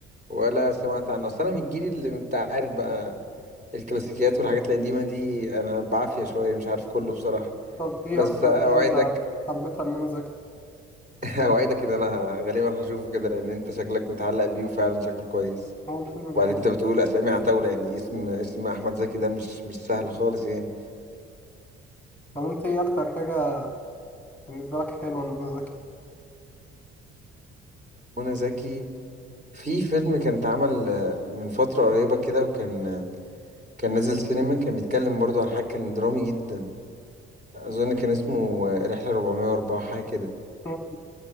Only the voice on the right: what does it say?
ولا سمعت عنه اصل انا من الجيل اللي انت عارف بقى الكلاسيكيات والحاجات القديمة دي انا بعافية شوية مش عارف كله بصراحة
بس
اوعدك
<laughs> اوعدك ان انا غالبا هشوفه كده لان انت شكلك متعلق بيه وفعلا شكله كويس
وبعدين
انت بتقول اسامي عتاولة يعني اسم اسم احمد زكي ده مش مش سهل خالص يعني
منى زكي في فيلم كان اتعمل آه، من فترة قريبة كده وكان آه، كان نازل سينما كان بيتكلم برضه عن حاجة كان درامي جدا أظن كان اسمه آه، رحلة 404 حاجة كده